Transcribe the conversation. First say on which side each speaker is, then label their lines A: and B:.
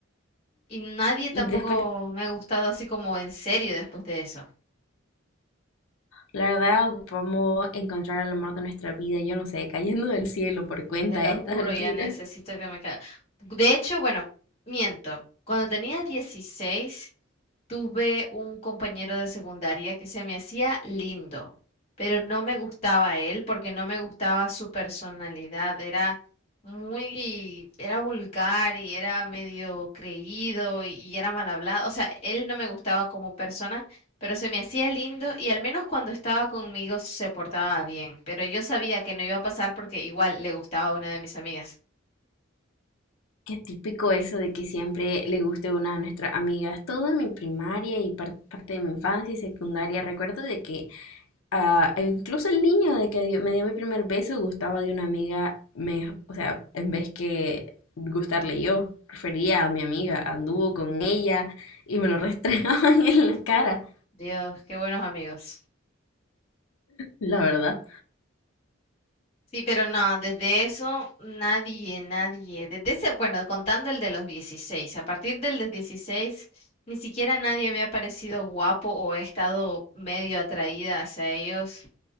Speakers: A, on the left (about 30°); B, on the left (about 80°).
A: Y nadie tampoco
B: Y después
A: me ha gustado así como en serio después de eso.
B: La verdad, ocupamos encontrar el amor de nuestra vida, yo no sé, cayendo del cielo por cuenta
A: Te lo
B: a estas
A: juro,
B: alturas.
A: ya necesito que me caiga. De hecho, bueno, miento. Cuando tenía dieciséis Tuve un compañero de secundaria que se me hacía lindo, pero no me gustaba él porque no me gustaba su personalidad. Era muy, era vulgar y era medio creído y, y era mal hablado. O sea, él no me gustaba como persona, pero se me hacía lindo y al menos cuando estaba conmigo se portaba bien. Pero yo sabía que no iba a pasar porque igual le gustaba a una de mis amigas.
B: Qué típico eso de que siempre le guste una de nuestras amigas. Todo en mi primaria y par- parte de mi infancia y secundaria, recuerdo de que ah, incluso el niño de que dio- me dio mi primer beso gustaba de una amiga, me, o sea, en vez que gustarle yo, prefería a mi amiga, anduvo con ella y me lo restregaban <laughs> en la cara,
A: Dios, qué buenos amigos.
B: la verdad.
A: Sí, pero no, desde eso nadie, nadie. Desde ese, bueno, contando el de los 16, a partir del de 16 ni siquiera nadie me ha parecido guapo o he estado medio atraída hacia ellos.